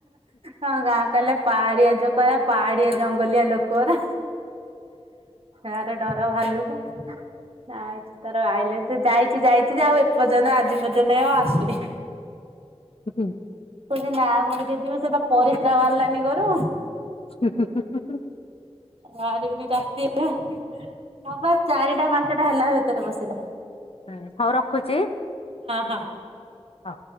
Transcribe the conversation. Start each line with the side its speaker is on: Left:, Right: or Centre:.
Right: ହଁ ଗାଁ କହଲେ ପାହାଡିଆ ଯ କରରା ପାହାଡିଆ ଜଙ୍ଗଲିଆ ଲୋକର ଏାର ଡର ଭାଲୁ। ଆ ତାର ଆଇିଲ ଯାଇଛି ଯାଇ। ଯଦି ଆଉ ଏପର୍ଯ୍ୟନ୍ତ ଆଜି ପର୍ଯ୍ୟନ୍ତ ଆଉ ଆସୁନି।
Left: ହୁଁ।
Right: କିଲ ନା ମୋର ଯ ଯିବ ସେଟ ପରିସ୍ରା ବାହାରିଲାନି ଘରୁ
Left: ଆ
Right: ବାାରିବିନି ରାତି ହବା ଚାରିଟା ପାଞ୍ଚଟା ହେଲା ତର ବସିଲ।
Left: ହଁ ହଉ ରଖୁଛି।
Right: ହଁ।
Left: ହଁ।